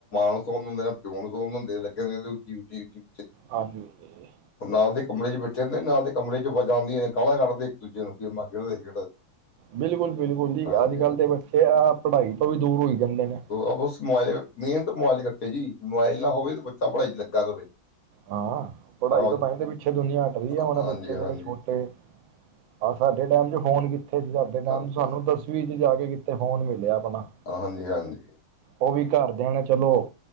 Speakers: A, on the left; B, on the right.
A: ਨੂੰ ਸੋਣ ਦਿੰਦੇ ਨਾ ਪਿਓ ਨੂੰ ਸੋਣ ਦਿੰਦੇ। ਲੱਗੇ ਰੈਂਦੇ ਉਚੀ-ਉਚੀ-ਉਚੀ।
B: ਹਾਂਜੀ ਜੀ।
A: ਨਾਲ ਦੇ ਕਮਰੇ 'ਚ ਬੈਠੇ ਹੁੰਦੇ, ਨਾਲ ਦੇ ਕਮਰੇ 'ਚੋ ਵਾਜਾਂ ਆਂਦੀਆਂ। ਗਾਲਾਂ ਕੱਢਦੇ ਇੱਕ ਦੂਜੇ ਨੂੰ, ਗੇਮਾਂ ਖੇਡਦੇ ਖੇਡਦੇ।
B: ਬਿਲਕੁਲ ਬਿਲਕੁਲ ਜੀ
A: ਹਾਂਜੀ
B: ਅੱਜ ਕੱਲ੍ਹ ਦੇ ਬੱਚੇ, ਐ ਪੜ੍ਹਾਈ ਤੋਂ ਵੀ ਦੂਰ ਹੋਈ ਜਾਂਦੇ ਨੇ।
A: ਅ ਬਸ ਮੋਬਾਇਲ ਮੇਨ ਤਾ ਮੋਬਾਇਲ ਕਰਕੇ ਜੀ ਮੋਬਾਇਲ ਨਾ ਹੋਵੇ ਤੇ ਬੱਚਾ ਪੜ੍ਹਾਈ ਚ ਲੱਗਾ ਰਵੇ।
B: ਹਾਂ ਪੜ੍ਹਾਈ
A: ਹਾਂ ਉਹ-
B: ਤੋਂ ਤਾਈ ਤਾ ਪਿੱਛੇ ਦੁਨੀਆਂ ਹੱਟ ਰਹੀ ਆ
A: ਹਾਂ-
B: ਉਹਨਾਂ
A: ਹਾਂਜੀ
B: ਬੱਚੇ
A: ਹਾਂਜੀ
B: ਜਿਹੜੇ ਛੋਟੇ ਆਹ ਸਾਡੇ ਟਾਈਮ ਚ ਫੋਨ ਕਿੱਥ ਸੀ ਸਾਡੇ ਟਾਈਮ
A: ਹਾਂ-
B: ਚ ਸਾਨੂੰ ਦਸਵੀਂ ਚ ਜਾ ਕੇ ਕਿੱਥੇ ਫੋਨ ਮਿਲਿਆ। ਆਪਣਾ।
A: ਹਾਂਜੀ ਹਾਂਜੀ।
B: ਉਹ ਵੀ ਘਰਦਿਆਂ ਨੇ ਚਲੋ,